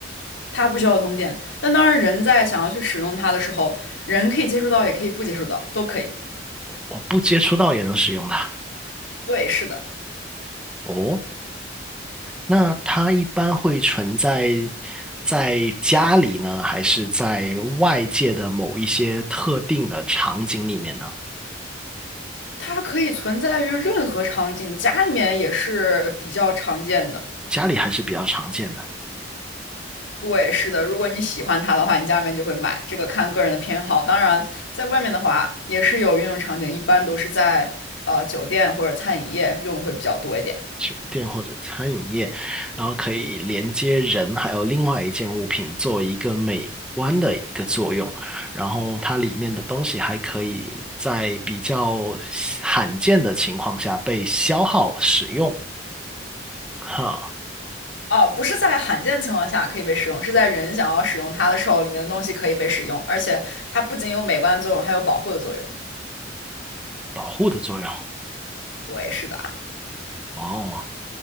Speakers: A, on the left (about 80°); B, in the centre.
A: 它不需要通电。但当然，人在想要去使用它的时候，人可以接触到，也可以不接触到，都可以。
B: 我不接触到也能使用的。
A: 对，是的，
B: 哦，那它一般会存在在家里呢，还是在外界的某一些特定的场景里面呢？
A: 它可以存在于任何场景，家里面也是比较常见的。
B: 家里还是比较常见的，
A: 对，是的，如果你喜欢它的话，你家里面就会买，这个看个人的偏好。当然，在外面的话，也是有运用场景，一般都是在呃酒店或者餐饮业用的会比较多一点。
B: 酒店或者餐饮业，然后可以连接人还有另外一件物品做一个美观的一个作用，然后它里面的东西还可以在比较罕见的情况下被消耗使用，哈，
A: 啊，不是在罕见情况下可以被使用，是在人想要使用它的时候，里面的东西可以被使用，而且它不仅有美观的作用，还有保护的作用。
B: 保护的作用。
A: 对，是的，
B: 哦，